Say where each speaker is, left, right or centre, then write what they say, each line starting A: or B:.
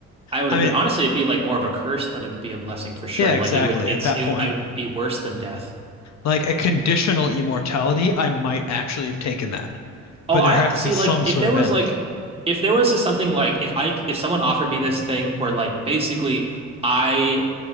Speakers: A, on the right; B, on the left.
A: I would
B: I
A: agree.
B: mean,
A: Honestly, it'd be like more of a curse than it would be a blessing for sure.
B: yeah, exactly.
A: Like it would it's
B: At that
A: it
B: point,
A: would I would be worse than death.
B: like a conditional immortality, I might actually have taken that.
A: Oh,
B: But
A: I
B: there has
A: see
B: to be some
A: like if
B: sort
A: there
B: of
A: was
B: end.
A: like if there was something like if I if someone offered me this thing where like basically I